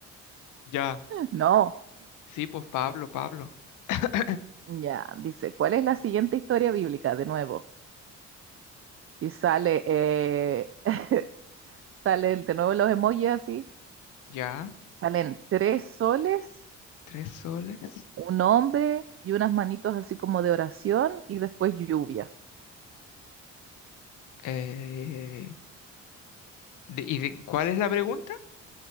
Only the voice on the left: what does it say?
Ya.
Sí, pues Pablo, Pablo. <clears throat>
Ya.
Tres soles.
Eh, de- ¿y de, cuál es la pregunta?